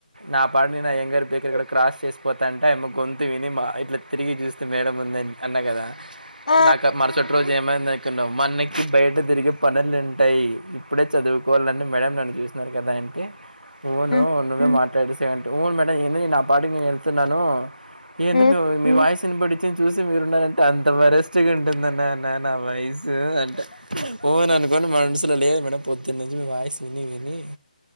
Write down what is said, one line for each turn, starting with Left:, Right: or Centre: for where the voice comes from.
Right: నా పాడని నా అయ్యంగార్ పర్డ క్రాస్ చేసిపోతా అంటే ఆమ గొంతు విని మా ఇట్లా తిరిగి చూస్తే మేడం ఉందని అన్నా కదా
Left: ఆ
Right: నాకు మర చుట్ట రోజు ఏమై న్నావు మనకి బయట తిరిగే పనులు ఉంటాయి ఇప్పుడే చదువుకోవాలని మేడం నన్ను చూసినారు కదా అంతే అవును
Left: ఉమ్,
Right: నువ్వే మాట్లాడే సకంట్ వును మేడం ఏంది నేను నా పాటికి నేను వెళ్తున్నాను ఏంది
Left: ఉమ్.
Right: మీ వాయిస్సుని పొడిచి చూసి మీరు ఉన్నారంటే అంత వరెస్ట్గా ఉంటుందని నా వాయిస్ అంట పో నను ఇవన్న మనుసులో లేదు మేడం పొద్దున్న నుంచి మీ వాయిసు విని విని